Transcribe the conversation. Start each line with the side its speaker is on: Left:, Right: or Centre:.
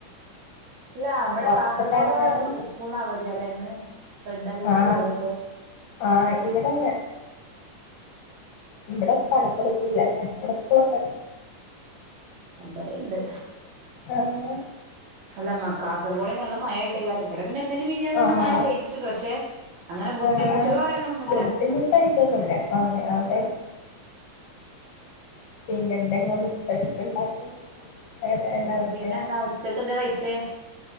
Right: ഇല്ലാ ബടെ
Left: പൊറത്ത്ക്ക്
Right: കാസർഗോടൊക്കെ
Left: എറങ്ങാനൊന്നും
Right: സ്കൂളിനവതിയാല്ലേ ഇന്ന് റെഡ് അലേർട്ടിലാ
Left: ആ
Right: അവിടെയൊക്കെ
Left: ആ ഇവിടെ ഇവിടെ മലപ്പുറത്തില്ലല്ലേ ഇവിടെ സ്കൂളൊക്കെണ്ട്
Right: ബടീണ്ട്
Left: ആഹ്
Right: അല്ല മക്ക കാസർഗോട് നല്ല മഴായിട്ടയ്ക്കാരം ബടെ പിന്നെ ഇന്നലിം മിഞ്ഞാന്നും നല്ല
Left: ആഹ്
Right: മഴ പെയ്തിട്ടുണ്ട് പക്ഷേ അങ്ങനെ ബുദ്ധിമുട്ടുകളറിയാനൊന്നുല്ല
Left: ആഹ് ബുദ്ധിമുട്ടായിട്ടൊന്നുല്ല ആഹ് അതെ പിന്നെ എന്ത ങ്ങളിന്ന് സ്പെഷ്യലുണ്ടാക്കി <unintelligible>
Right: ഉം
Left: അല്ല
Right: പിന്നെന്താ
Left: ഏ
Right: ഉച്ചക്ക് എന്താ കഴിച്ചേ